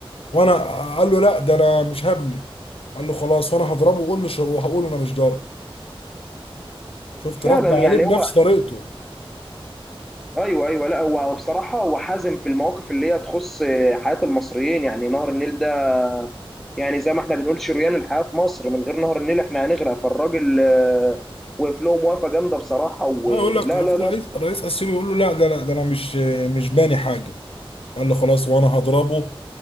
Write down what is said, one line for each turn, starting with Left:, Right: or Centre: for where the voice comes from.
Left: وأنا آه، قال له لا ده أنا مش هبني قال له خلاص وأنا هضربه وأقول مش وهقول أنا مش ضارب شفت
Centre: فعلا
Left: رد عليه
Centre: يعني
Left: بنفس
Centre: هو
Left: طريقته
Centre: ايوه ايوه لا هو بصراحة هو حازم في المواقف اللي هي تخص آه، حياة المصريين يعني نهر النيل ده يعني زي ما احنا بنقول شريان الحياة في مصر من غير نهر النيل احنا هنغرق فالراجل آه، وقف له موافقة جامدة بصراحة ولا
Left: انا اقول لك شفت
Centre: لا لا
Left: الرئيس الرئيس السيسي بيقول له لا ده لا ده انا مش مش باني حاجه قال له خلاص وانا هضربه